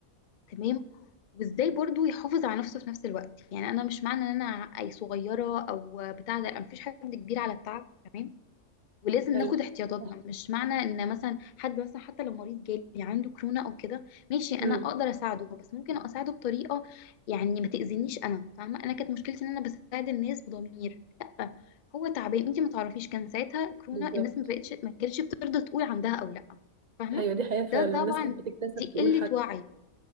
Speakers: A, on the left; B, on the right.
A: تمام وازاي برضو يحافظ على نفسه في نفس الوقت يعني انا مش معنى ان انا اي صغيره او بتاع ده أنا مفيش حد كبير على التعب تمام ولازم
B: حلو
A: ناخد احتياطاتنا
B: صح
A: مش معنى ان مثلا حد مثلا حتى لو مريض جالي عنده كورونا او كده ماشي انا
B: امم
A: اقدر اساعده بس ممكن اساعده بطريقه يعني ما تاذينيش انا فاهمه انا كانت مشكلتي ان انا بساعد الناس بضمير لا هو تعبان انت ما تعرفيش كان ساعتها كورونا
B: بالظبط
A: الناس ما بقتش ما كانتش بترضى تقول عندها او لا فاهمه
B: ايوه دي حقيقه فعلا
A: ده بالظبط طبعا
B: الناس كانت بتكتسب
A: دي
B: تقول
A: قله
B: حاجه
A: وعي